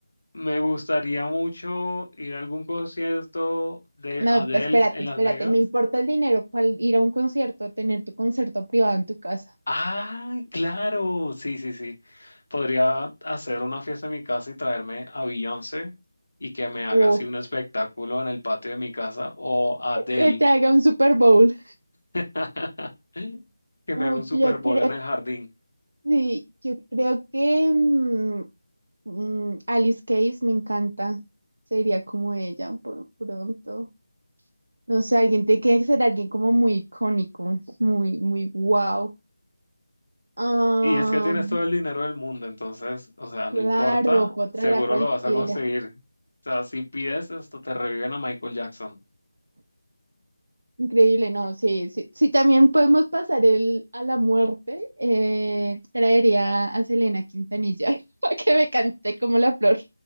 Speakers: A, on the left; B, on the right.
A: me gustaría mucho ir a algún concierto de
B: No,
A: Adele
B: espérate,
A: en Las
B: espérate,
A: Vegas
B: no importa el dinero, ¿cuál ir a un concierto, tener tu concierto privado en tu casa?
A: Ah, claro, sí, sí, sí. Podría hacer una fiesta en mi casa y traerme a Beyoncé y que me haga
B: Uf,
A: así un espectáculo en el patio de mi casa o a Adele
B: que te haga un Super Bowl.
A: <laughs> que me
B: Uy,
A: haga un Super
B: yo
A: Bowl
B: creo,
A: en el jardín.
B: sí, yo creo que mm, mm, Alice Case me encanta. Sería como ella por- pronto. No sé, alguien tiene que ser alguien como muy icónico, muy, muy wow. Ah,
A: Y es que tienes todo el dinero del mundo, entonces, o sea, no
B: claro,
A: importa,
B: puedo traer
A: seguro
B: a cualquiera.
A: lo vas a conseguir. O sea, si pides esto, te reviven a Michael Jackson.
B: Increíble, no, sí, sí. Si también podemos pasar el, a la muerte, eh, traería a Selena Quintanilla <laughs> para que me cante como la flor.